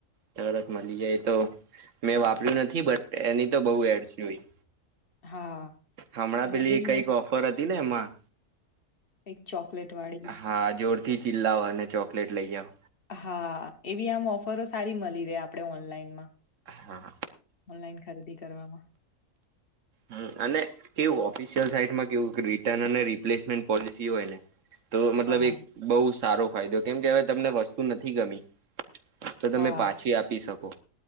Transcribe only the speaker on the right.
તરત મળી જાય તો મેં વાપર્યું નથી બટ એની તો બહુ એડસજોય
હમણાં
પેલી
કઈક
ઓફર હતી ને એમાં
હા જોરથી ચીલાઓ અને ચોકલેટ લઈ જાઓ.
હા
હમ્મ અને કેવું ઓફિશિયલ સાઈટમાં કેવું રિટર્ન અને રિપ્લેસમેન્ટ પોલિસી હોય ને તો મતલબ
એક બહુ સારો ફાયદો કેમ કે હવે તમને વસ્તુ નથી ગમી તો તમે
પાછી આપી શકો